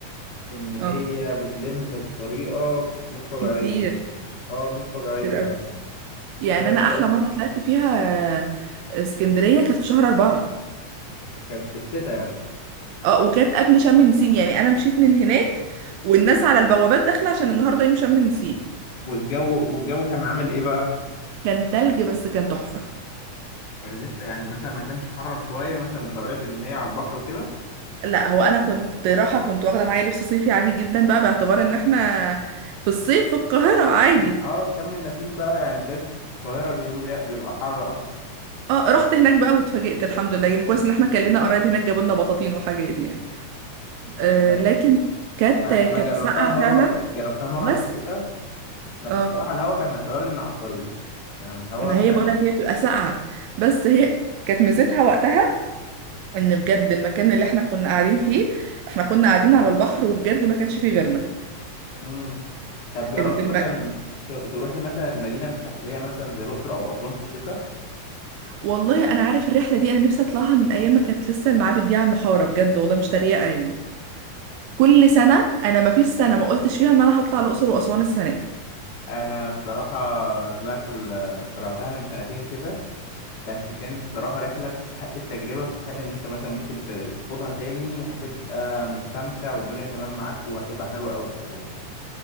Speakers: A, on the left; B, on the right.
A: إن هي
B: اه
A: بتلم بطريقة مش طبيعية
B: كتير
A: أه مش طبيعية
B: كتير قوي
A: يعني
B: يعني
A: أه
B: انا
A: بقت
B: احلى مرة طلعت فيها آه، اسكندرية كانت في شهر أربعة
A: كان في الشتاء يعني
B: اه وكانت قبل شم النسيم يعني انا مشيت من هناك والناس على البوابات داخلة عشان النهاردة يوم شم النسيم
A: والجو والجو كان عامل إيه بقى؟
B: كان تلج بس كان تحفة
A: كان لسه يعني مثلا ما كانش حرر شوية مثلا بطبيعة إن هي على البحر وكده
B: لا هو انا كنت رايحة كنت واخدة معايا لبس صيفي عادي جدا بقى باعتبار ان احنا في الصيف في القاهرة عادي
A: كان أه كان النسيم بقى يعني بداية القاهرة بيوم بي- بيبقى حر أصلا
B: اه رحت هناك بقى واتفاجئت الحمد لله يعني كويس ان احنا كان لنا قرايب هناك جابوا لنا بطاطين وحاجات يعني آه
A: والله
B: لكن كانت
A: أنا
B: كانت
A: أنا جربتها
B: ساقعه
A: مرة
B: فعلا
A: جربتها مرة
B: بس
A: في الشتاء بس
B: اه
A: بصراحة الهوا كان هيطيرني من على الطريق يعني الهوا
B: ما هي بقول لك هي بتبقى ساقعه بس هي كانت ميزتها وقتها ان بجد المكان اللي احنا كنا قاعدين فيه احنا كنا قاعدين على البحر وبجد ما كانش فيه غيرنا
A: هناك طب جربت
B: ال- الم...
A: مثلا ت- تروحي مثلا مدينة مش ساحلية مثلا زي الأقصر أو أسوان في الشتاء
B: والله انا عارف الرحله دي انا نفسي اطلعها من ايام ما كانت لسه المعابد دي على المحاره بجد والله مش تريقه يعني كل سنه انا ما فيش سنه ما قلتش فيها ان انا هطلع الاقصر واسوان السنه دي
A: أنا بصراحة طلعت ال... طلعتها من سنتين كده بس كانت بصراحة رحلة تستحق التجربة وتستحق إن أنت مثلا ممكن ت- تخوضها تاني هتبقى مستمتع والدنيا تمام معاك وهتبقى حلوة أوي خلي بالك